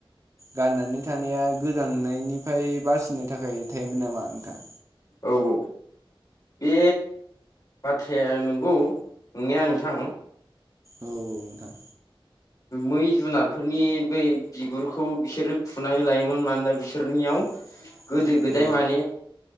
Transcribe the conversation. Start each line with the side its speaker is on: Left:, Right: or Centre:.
Right: गाननानै थानाया गोजांनायनिफ्राय बासिनो थाखाय थायोमोन नामा नोंथां
Left: औ औ बे बाथ्राया नंगौ नंनाया नोंथां
Right: औ औ नोंथां
Left: मै जुनारफोरनि ब बिगुरखौ बिसोरो खुनानै लायोमोन मानोना बिसोरनियाव
Right: <inaudible>
Left: गोदो गोदाय
Right: औ
Left: माने